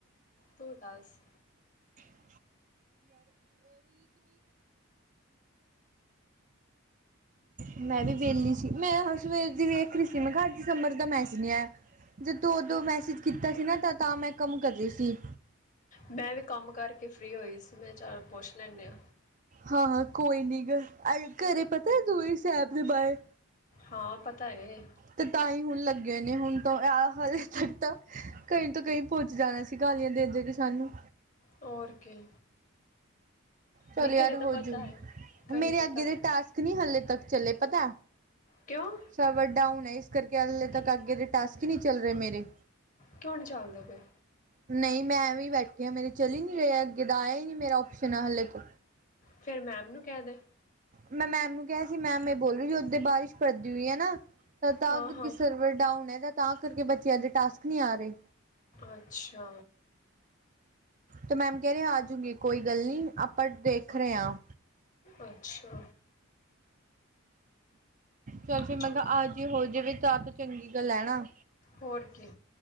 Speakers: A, on the left; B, on the right.
A: ਤੂੰ ਦਾੱਸ?
B: <unintelligible> <inaudible> ਮੈਂ ਵੀ ਵੇਲੀ ਸੀ, ਮੈਂ ਅ ਸਵੇਰ ਦੀੇ ਵੇਖ ਰੀ ਸੀ ਮੈ ਕਾ ਆੱਜ ਸੀਮਰ ਦਾ ਮੈਂਸੀਜ ਨੀ ਆਯਾ। ਜਦੋਂ ਔਦੋਂ ਮੈਸੇਜ ਕੀਤਾ ਸੀ ਨਾ ਤਾ ਤਾਂ ਮੈਂ ਕੰਮ ਕਰ ਰੀ ਸੀ।
A: ਮੈਂ ਵੀ ਕੰਮ ਕਰਕੇ ਫ੍ਰੀ ਹੋਈ ਸੀ ਮੈਂ ਚੱਲ ਪੁੱਛ ਲੈਣੇ ਆਂ।
B: ਹਾਂ ਹਾਂ, ਕੋਈ ਨੀ ਗਾ ਆਜ ਘਰੇ ਪਤੈ ਦੂਈ ਸੈਬ ਦੇ ਬਾਏ
A: ਹਾਂ, ਪਤਾ ਏ।
B: ਤੇ ਤਾਂਈ ਹੁਣ ਲੱਗੇ ਹੋਏ ਨੇ, ਹੁਣ ਤੋ ਐ ਹਲੇ ਤੱਕ ਤਾਂ ਕਈ ਤੋਂ ਕਈ ਪੁੱਚ ਜਾਣਾ ਸ ਤੀ ਗਾਲੀਆਂ ਦੇ ਦੇ ਗੇ ਸਾਨੂੰ।
A: ਔਰ ਕੀ।
B: ਚੱਲ
A: ਨਹੀਂ
B: ਯਾਰ
A: ਘਰੇ ਤਾਂ
B: ਹੋਜੂ,
A: ਪਤਾ ਹੈ ਘਰੇ
B: ਮੇਰੇ
A: ਪਤਾ
B: ਅੱਗੇ ਦੇ
A: ਹੈ
B: ਟਾਸਕ ਨੀ ਹਲੇ ਤੱਕ ਚਲੇੇ, ਪਤਾ।
A: ਕਿਓਂ?
B: ਸਵਰ ਡਾਊਨ ਐ, ਇਸ ਕਰਕੇ ਹਲੇ ਤੱਕ ਅੱਗੇ ਦੇ ਟਾਸਕ ਈ ਨੀ ਚੱਲ ਰੇ ਮੇਰੇ।
A: ਕਿਉਂ ਨੀ ਚਾਲਦੇ ਪਏ?
B: ਨਹੀਂ, ਮੈਂ ਐਵੇਂ ਬੈਠੀ ਆ। ਮੇਰੇ ਚੱਲ ਈ ਨਹੀਂ ਰਹੇ ਅੱਗੇ ਦਾ ਆਯਾ ਈ ਨੀ ਮੇਰਾ ਓਪਸ਼ਨ ਆ ਹਾਲੇ ਤ
A: ਫੇਰ ਮੈਮ ਨੂੰ ਕੈ ਦੇ।
B: ਮੈਂ ਮੈਮ ਨੂੰ ਕਿਆ ਸੀ ਮੈਮ ਏ ਬੋਲਦੀ ਵੀ ਓਦੇ ਬਾਰਿਸ਼ ਪੜਦੀ ਹੂਈ ਐਨਾ। ਤ ਤਾਂ
A: ਹਾਂ
B: ਕਰਕੇ
A: ਹਾਂ
B: ਸਰਵਰ ਡਾਊਨ ਐ ਤਾਂ ਕਰਕੇ ਬੱਚਿਆਂ ਦੇ ਟਾਸਕ ਨੀ ਆ ਰੇ।
A: ਅੱਛਾ।
B: ਤੋ ਮੈਮ ਕੈ ਰੇ ਆਜੂਗੀ ਕੋਈ ਗੱਲ ਨੀ ਆਪਾਂ ਦੇਖ ਰਏ ਆਂ।
A: ਅੱਛਾ।
B: ਚੱਲ ਫਿਰ ਮੈਂ
A: ਚਲ
B: ਕੈ ਆਜੀ ਹੋ ਜਵੇ ਤਾਂ ਤੇ ਚੰਗੀ ਗੱਲ ਐ ਨਾ।
A: ਹੋਰ ਕੀ,